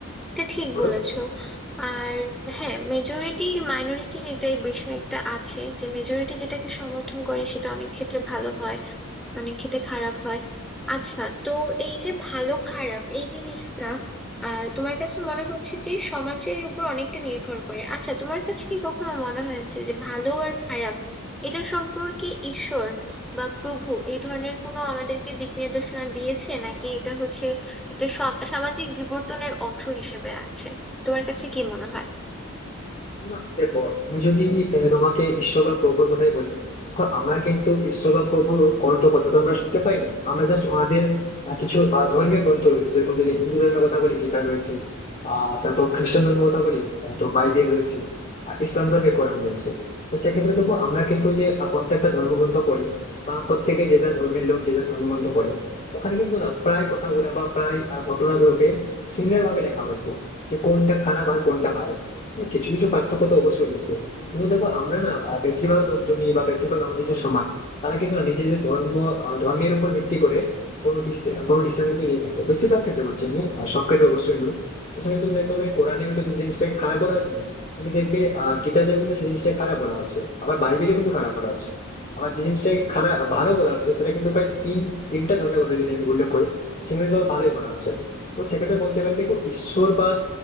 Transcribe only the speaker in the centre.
এটা ঠিক
বলেছো আর হ্যাঁ মেজরিটি মাইনরিটির এটাই বিষয় একটা আছে যে মেজরিটি যেটাকে সমর্থন করে সেটা অনেক ক্ষেত্রে ভালো হয় অনেক খেতে খারাপ হয় আচ্ছা তো এই যে ভালো খারাপ এই জিনিসটা আহ তোমার কাছে মনে হচ্ছে যে সমাজের উপর অনেকটা নির্ভর করে আচ্ছা তোমার কাছে কি কখনো মনে হয়েছে যে ভালো আর খারাপ এটা সম্পর্কে ঈশ্বর বা প্রভু এই ধরনের কোনো আমাদেরকে দিক নির্দেশনা দিয়েছে নাকি এটা হচ্ছে একটা সম- সামাজিক বিবর্তনের অংশ হিসেবে আছে তোমার কাছে কি মনে হয়